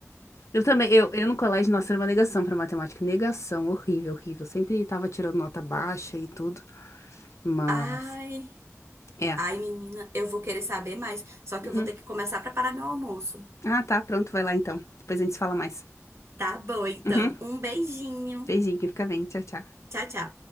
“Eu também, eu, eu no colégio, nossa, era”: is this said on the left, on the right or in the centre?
Left